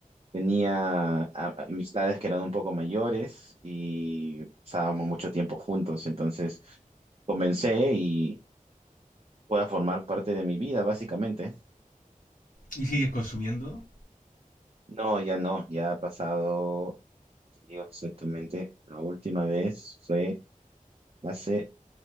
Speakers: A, on the right (about 45°); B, on the left (about 70°).
A: tenía a- amistades que eran un poco mayores y pasábamos mucho tiempo juntos, entonces comencé y fue a formar parte de mi vida, básicamente.
B: ¿Y sigues consumiendo?
A: No, ya no, ya ha pasado Digo exactamente, la última vez fue hace